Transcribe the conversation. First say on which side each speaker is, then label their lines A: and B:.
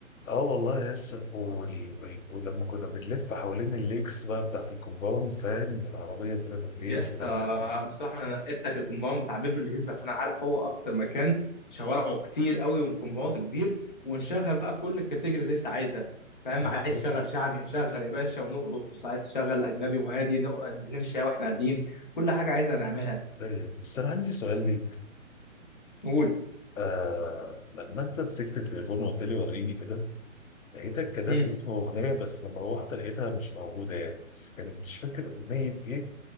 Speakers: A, on the left; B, on the left.
A: اه والله يسا ولي- ولي- ولما كنا بنلف حوالين الليكس بقى بتاعت الكومباوند فاهم بالعربية كده بالليل
B: يا اسطى
A: لا لا
B: بصراحه انا نقيت لك الكومباوند بتاع بيفرلي هيلز عشان انا عارف هو اكتر مكان شوارعه كتير قوي وكومباوند كبير ونشغل بقى كل الكاتيجوريز اللي انت عايزها فاهم
A: بالظبط
B: عايز تشغل شعبي نشغل يا باشا ونرقص عايز تشغل اجنبي وهادي نق- نمشي واحنا قاعدين كل حاجه عايزها نعملها
A: ايوه بس انا عندي سؤال ليك
B: قول
A: آه لما انت مسكت التليفون وقلت لي وريني كده لقيتك كتبت
B: امم
A: اسم اغنية بس لما روحت لقيتها مش موجودة يعني بس كانت مش فاكر اغنية ايه